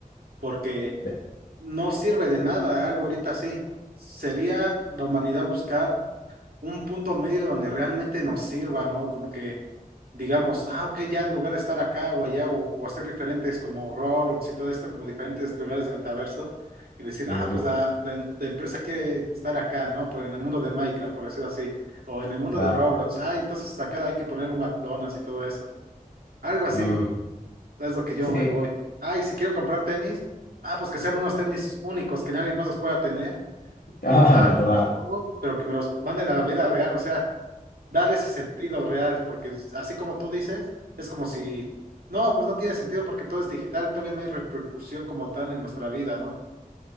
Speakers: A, on the right; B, on the left.
A: porque
B: Sí.
A: no sirve de nada algo ahorita así. Sería la humanidad buscar un punto medio donde realmente nos sirva, ¿no? Como que digamos, ah, ok, ya en lugar de estar acá o allá o, o hacer diferentes como Roberts y todo esto, como diferentes lugares de metaverso, y decir,
B: Ujú,
A: ah, pues la, la em- la empresa quiere estar acá, ¿no? Pues en el mundo de Minecraft, por decirlo así, o en el mundo
B: claro.
A: de Roblox, ah, entonces acá hay que poner un McDonald's y todo eso. Algo así
B: Ujú.
A: es lo que yo
B: Sí,
A: me voy. Ah, y si quiero comprar tenis, ah, pues que sean unos tenis únicos que nadie más los pueda tener.
B: <laughs> ah,
A: Y va,
B: es verdad.
A: te los pongo, pero que me los manden a la vida real, o sea, dar ese sentido real, porque es- así como tú dices, es como si, no, pues no tiene sentido porque todo es digital, todavía no hay repercusión como tal en nuestra vida, ¿no?